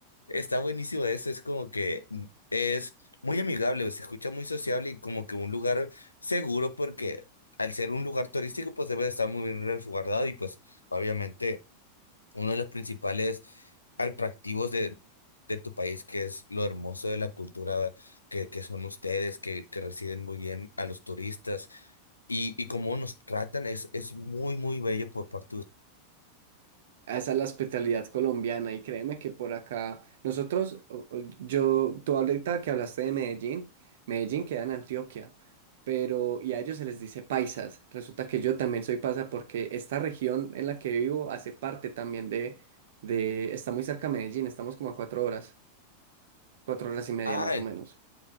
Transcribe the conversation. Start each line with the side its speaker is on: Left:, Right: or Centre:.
Left: está buenísimo eso. Es como que mm, es muy amigable, se escucha muy sociable y como que un lugar seguro, porque al ser un lugar turístico, pues debe de estar muy bien resguardado y pues obviamente uno de los principales atractivos de, de tu país, que es lo hermoso de la cultura que, que son ustedes, que, que reciben muy bien a los turistas y, y cómo nos tratan, es, es muy, muy bello por parte de ustedes.
Right: a Esa es la hospitalidad colombiana y créeme que por acá nosotros, o- o- yo, tú ahorita que hablaste de Medellín, Medellín queda en Antioquia, pero y a ellos se les dice paisas. Resulta que yo también soy paisa porque esta región en la que vivo hace parte también de, de, está muy cerca a Medellín, estamos como a cuatro horas, cuatro horas y media
Left: Ah,
Right: más o
Left: e,
Right: menos.